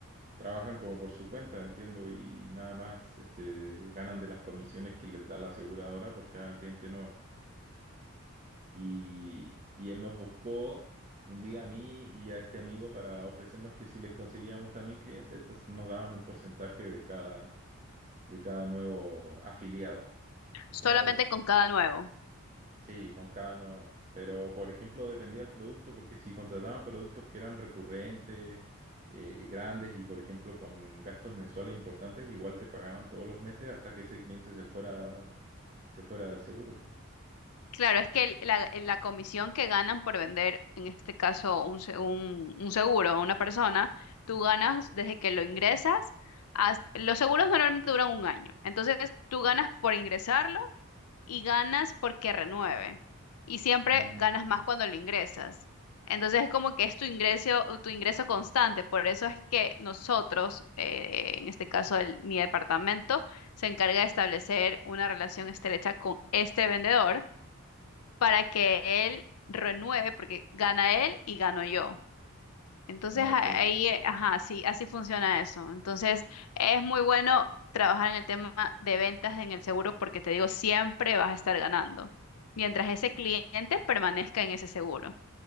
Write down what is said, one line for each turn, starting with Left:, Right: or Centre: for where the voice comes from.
Right: trabajan como por su cuenta, entiendo, y nada más este, ganan de las comisiones que les da la aseguradora por cada cliente nuevo. Y, y él nos buscó un día a mí y a este amigo para ofrecernos que si les conseguíamos también clientes, pues nos daban un porcentaje de cada, de cada nuevo afiliado.
Left: solamente
Right: ¿Cómo ves?
Left: con cada nuevo.
Right: Sí, con cada nuevo. Pero, por ejemplo, dependía del producto, porque si contrataban productos que eran recurrentes, eh, grandes y, por ejemplo, con gastos mensuales importantes, igual te pagaban todos los meses hasta que ese cliente se fuera, se fuera del seguro.
Left: Claro, es que el- la, la comisión que ganan por vender, en este caso, un, se- un, un seguro a una persona, tú ganas desde que lo ingresas. hasta- los seguros normalmente duran un año. Entonces, tú ganas por ingresarlo y ganas porque renueve. Y siempre
Right: Mm,
Left: ganas más cuando lo ingresas. Entonces, es como que es tu ingreso, tu ingreso constante. Por eso es que nosotros, eh, en este caso, el- mi departamento, se encarga de establecer una relación estrecha con este vendedor para que él renueve, porque gana él y gano yo. Entonces
Right: ah,
Left: a-
Right: ok.
Left: ahí, eh, ajá, sí, así funciona eso. Entonces es muy bueno trabajar en el tema de ventas en el seguro porque te digo, siempre vas a estar ganando mientras ese cliente permanezca en ese seguro.